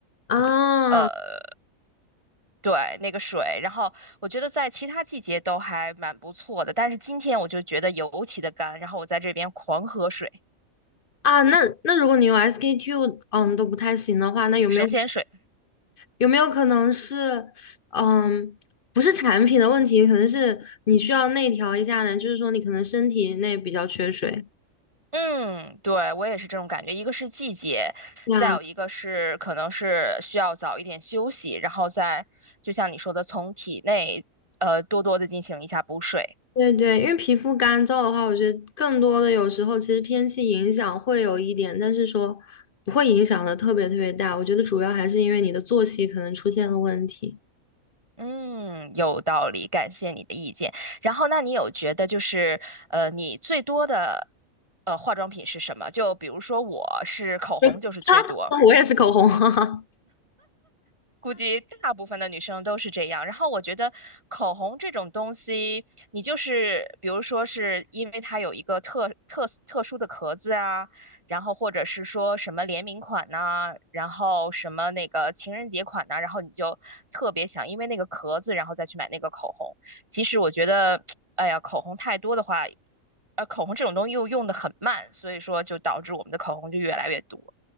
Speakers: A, on the left; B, on the right.
A: 啊
B: 呃，对，那个水。然后我觉得在其他季节都还蛮不错的，但是今天我就觉得尤其的干，然后我在这边狂喝水，
A: 啊，那那如果你用 SK two 嗯都不太行的话，那有没有？
B: 神仙水。
A: 有没有可能是，嗯，不是产品的问题，可能是你需要内调一下呢？就是说你可能身体内比较缺水
B: 嗯，对，我也是这种感觉。一个是季节，
A: 呀。
B: 再有一个是可能是需要早一点休息，然后再就像你说的，从体内呃多多的进行一下补水。
A: 对对，因为皮肤干燥的话，我觉得更多的有时候其实天气影响会有一点，但是说不会影响的特别特别大。我觉得主要还是因为你的作息可能出现了问题。
B: 嗯，有道理，感谢你的意见。然后，那你有觉得就是呃你最多的呃化妆品是什么？就比如说我是口红就是最多。
A: <laughs> 哈，我也是口红，<laughs> 哈哈，
B: 估计大部分的女生都是这样。然后我觉得口红这种东西，你就是比如说是因为它有一个特特特殊的壳子啊，然后或者是说什么联名款呐、然后什么那个情人节款呐、然后你就特别想因为那个壳子，然后再去买那个口红。其实我觉得，哎呀，口红太多的话，呃，口红这种东西又用的很慢，所以说就导致我们的口红就越来越多。